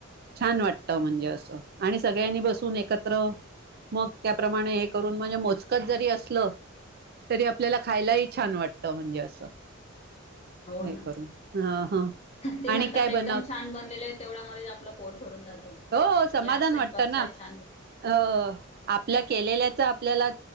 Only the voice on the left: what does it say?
हो
ना
ते म्हणतात
एकदम
छान बनलेले आहे तेवढ्या मच आपलं पोट भरून जातो की
आज सपाछान...